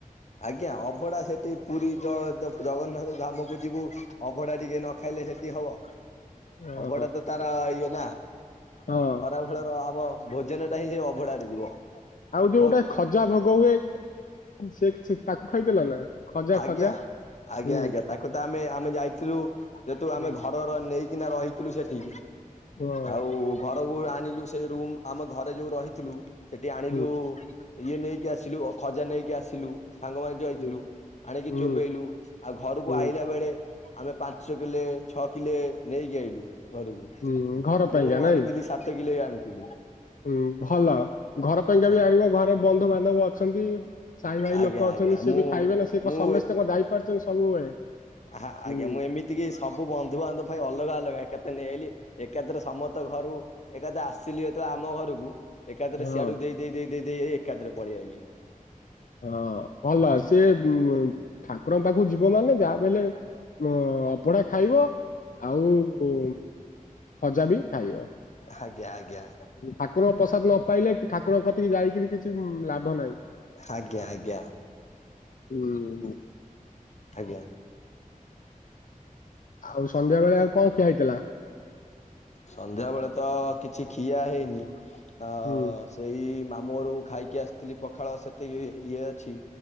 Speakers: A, on the left; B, on the left.
A: ଆଜ୍ଞା ଅଭଡା ସେଠି ପୁରୀ ଜ ଦ ଜଗନ୍ନାଥ ଧାମକୁ ଯିବୁ ଅଭଡା ଟିକେ ନଖାଇଲେ ହେଟି ହବ
B: ଅ,
A: ଅଭଡାତ ତାର ଇଏନା
B: ହଁ।
A: ଖରା ବେଳର ଆମ ଭୋଜନଟା ହିଁ ସେ ଅବଢାରେ ଯିବ।
B: ଆଉ ଯୋଉଟା
A: ବହୁତ
B: ଖଜା ଭୋଗ ହୁଏ ସେ କିଛି ତାକୁ ଖାଇଦେଲ ନା? ଖଜା
A: ଆଜ୍ଞା
B: ଖଜା
A: ଆଜ୍ଞା
B: ହୁଁ
A: ଆଜ୍ଞା ତାକୁ ତ ଆମେ ଆମେ ଯାଇଥିଲୁ ଯେହେତୁ ଆମେ
B: ହୁଁ
A: ଘର୍ ଘର ନେଇକିନା ରହିଥିଲୁ ସେଠି
B: ହଁ
A: ଆଉ ଘରକୁ ଆଣିଲୁ ସେ ରୁମ୍ ଆମ ଘରେ ଯୋଉ ରହିଥିଲୁ ସେଠି ଆଣିଲୁ
B: ହୁଁ
A: ଇଏ ନେଇକି ଆସିଲୁ ଅ ଖଜା ନେଇକି ଆସିଲୁ। ସାଙ୍ଗମାନେ ଯାଉ ଆଇଥିଲୁ
B: ହୁଁ
A: ଆଣିକି
B: ହୁଁ
A: ଚୋବେଇଲୁ ଆଉ ଘରକୁ
B: ହୁଁ।
A: ଆଇଲା ବେଳେ ଆମେ ପାଞ୍ଚ କିଲେ ଛଅ କିଲେ ନେଇକି ଆଇଲୁ। ଘରକୁ
B: ହୁଁ ଘର ପାଇଁକା
A: ମୁଁ
B: ନାଇଁ
A: ଆଣିଥିଲି ସାତ କିଲେ ଆଣିଥିଲି।
B: ହୁଁ ଭଲ ଘରପାଇଁକା
A: ଆଜ୍ଞା
B: ବି ଆଣିବ ଘରେ ବନ୍ଧୁବାନ୍ଧବ ଅଛନ୍ତି। ସାଇ ଭାଇ
A: ଆଜ୍ଞା
B: ଲୋକ
A: ଆଜ୍ଞା
B: ଅଛନ୍ତି ସିଏବି
A: ମୁଁ
B: ଖାଇବେନା ସେ
A: ମୁଁ
B: କଣ ସମସ୍ତେ ଯାଇପାରୁଚନ୍ତି ସବୁବେଳେ।
A: ହଁ ଆଜ୍ଞା
B: ହୁଁ।
A: ମୁଁ ଏମି ଏତିକି ସବୁ ବନ୍ଧୁବାନ୍ଧବ ପାଇଁ ଅଲଗା ଅଲଗା ଏକାଥରେ ନେଇଆଇଲି ଏକାଥରେ ସମସ୍ତ ଘରୁ ଏକାଦ ଆସିଲି ଯେତେବେଳେ ଆମ ଘରକୁ ଏକାଥରେ
B: ହଁ
A: ସିଆଡୁ ଦେଇ ଦେଇ ଦେଇ ଦେଇ ଦେଇ ଏଇ ଏକାଥରେ ପଳେଇ ଆଇଲି।
B: ହଁ ଭଲ ସିଏ ଉଂ ଠାକୁରଙ୍କ ପାଖକୁ ଯିବ ମାନେ ଯାହାବି ହେଲେ ମ ଅବଢା ଖାଇବ ଆଉ ଉଁ ଖଜାବି ଖାଇବ।
A: ଆଜ୍ଞା ଆଜ୍ଞା।
B: ଠାକୁରଙ୍କ ପ୍ରସାଦ ନପାଇଲେ ଠାକୁରଙ୍କ କତିକି ଯାଇକିରି କିଛି ଉଁ, ଲାଭ ନାହିଁ।
A: ଆଜ୍ଞା ଆଜ୍ଞା।
B: ହୁଁ
A: ଆଜ୍ଞା।
B: ଆଉ ସନ୍ଧ୍ୟା ବେଳେ ଆଉ କଣ ଖିଆ ହେଇଥିଲା?
A: ସନ୍ଧ୍ୟାବେଳେତ କିଛି ଖିଆ ହେଇନି ଆ
B: ହୁଁ
A: ସେଇ ମାମୁଁଘରୁ ଖାଇକି ଆସିଥିଲି ପଖାଳ ସେତିକି ଇଏ ଅଛି